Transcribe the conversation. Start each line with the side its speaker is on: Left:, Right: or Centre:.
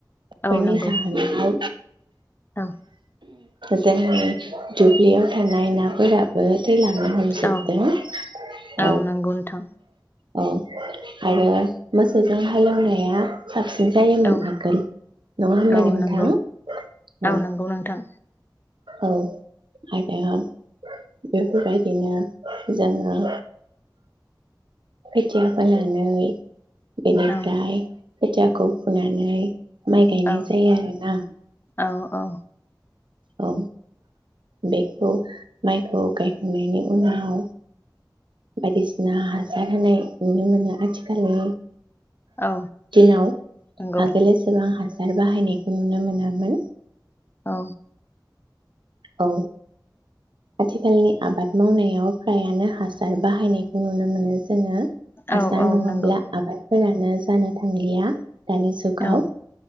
Left: औ
Right: बेनि
Left: नंगौ
Right: जाहोनाव
Left: औ
Right: जोंनि दुब्लियाव थानाय नाफोरा <unintelligible> <unintelligible>
Left: औ औ नंगौ नोंथां
Right: औ आरो मोसौजों हालेवनाया साबसिन जायोमोन
Left: औ
Right: आगोल नङा होमबा
Left: औ
Right: नोंथां
Left: नंगौ
Right: औ
Left: नंगौ नोंथां
Right: औ आरो बेफोरबायदिनो जोङो खोथिया फोनानै बेनिफ्राय
Left: औ
Right: खोथियाखौ फुनानै माइ गायनाय
Left: औ
Right: जायो आरोना।
Left: औ औ
Right: औ बेखौ माइखौ गायखांनायनि उनाव बायदिसिना हासार होनाय नुनो मोनो आथिखा खालि
Left: औ
Right: दिनाव
Left: नंगौ
Right: आगोल एसेबां हासार बाहायनायखौ नुनो मोनामोन।
Left: औ
Right: औ आथिखालनि आबाद मावनायाव फ्रायानो हासार बाहायनायखौ नुनो मोनो जोङो हासार
Left: औ औ
Right: नङाब्ला
Left: नंगौ
Right: आबादफोरा नो जानो थांलिया दानि जुगाव
Left: औ